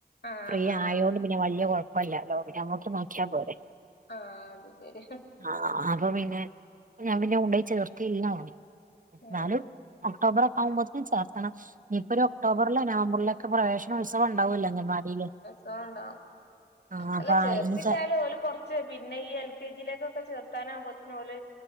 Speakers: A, on the left; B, on the right.
A: ആഹ്
B: ഫ്രീ
A: ആഹ്
B: ആയതോണ്ട് പിന്നെ വലിയ കുഴപ്പമല്ലല്ലോ പിന്നെ നമുക്ക് നോക്കിയ പോരെെ
A: ആഹ് അത് ശരി
B: ആ അപ്പൊ പിന്നെ ഞാൻ പിന്നെ ഉണ്ടയി ചേർത്തില്ല മ എന്നാലും
A: ഉം
B: ഒക്ടോബർെ ആകുമ്പോന് ചേർത്തണം ഇനിയിപ്പൊ ഒരു
A: ഉം
B: ഒക്ടോബറിലെ നവംബറിലൊക്കെ പ്രവേശന ഉത്സവം ഉണ്ടാവൂല്ലോ അംഗൻവാടിയില്
A: തോണ്ടാ
B: ആഹ് അപ്പൊ
A: അല്ല ചേർത്തിട്ടാലും
B: അയിന് ചേ
A: ഓൽ കുറച്ച് പിന്നെ ഈ എൽ കെ ജിയിലേക്കൊക്കെ ചേർത്ത ബത്തനോല